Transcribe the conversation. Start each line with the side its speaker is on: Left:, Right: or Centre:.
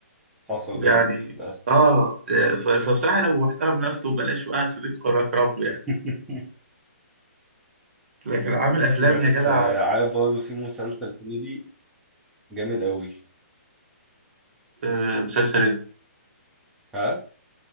Centre: حصل
Right: يعني
Centre: بجد للأسف
Right: اه آه، ف- فبصراحه لو احترم نفسه وبلاش وقعد في بيته كنا اكرم له
Centre: <laughs>
Right: يعني لكن عامل افلام
Centre: بس
Right: يا جدع
Centre: آه، عارف برضه في مسلسل كوميدي جامد قوي
Right: آه، مسلسل ايه
Centre: ها